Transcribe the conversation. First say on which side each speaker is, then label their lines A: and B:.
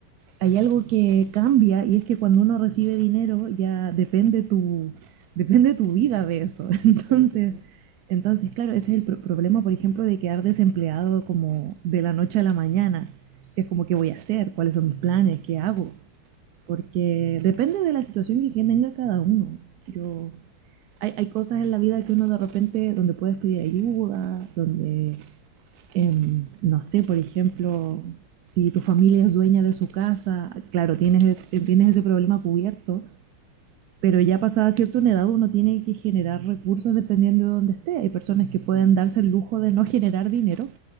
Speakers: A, on the right; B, on the right.
A: hay algo que cambia y es que cuando uno recibe dinero ya depende tu, depende tu vida de eso. <laughs> Entonces,
B: Sí, sí, sí,
A: entonces claro, ese es el pro- problema, por ejemplo, de quedar desempleado como de la noche a la mañana, que es como qué voy a hacer, cuáles son mis planes, qué hago, porque depende de la situación que tenga cada uno. Yo, hay, hay cosas en la vida que uno de repente, donde puedes pedir ayuda, donde eh, no sé, por ejemplo, si tu familia es dueña de su casa, claro, tienes, e, tienes ese problema cubierto, pero ya pasada cierta una edad uno tiene que generar recursos dependiendo de dónde esté. Hay personas que pueden
B: sí.
A: darse el lujo de no generar dinero